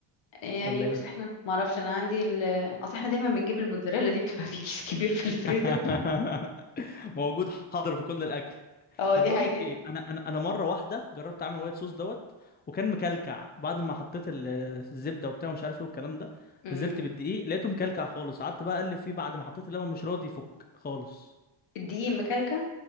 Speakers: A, on the left; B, on the left.
A: يعني
B: ولا
A: بص
B: ايه
A: احنا ما اعرفش انا عندي ال... اصل احنا دايما بنجيب الموتزاريلا دي بتبقى <laughs> في كيس كبير في الفريزر
B: <laughs> موجود حاضر في كل الاكل
A: <laughs> اه
B: طب
A: دي
B: بقول
A: حقيقة
B: لك ايه انا انا انا مره واحده جربت اعمل وايت صوص دوت وكان مكلكع بعد ما حطيت ال- الزبده وبتاع ومش عارف ايه والكلام ده
A: امم
B: نزلت بالدقيق لقيته مكلكع خالص قعدت بقى اقلب فيه بعد ما حطيت اللبن مش راضي يفك خالص
A: الدقيق مكلكع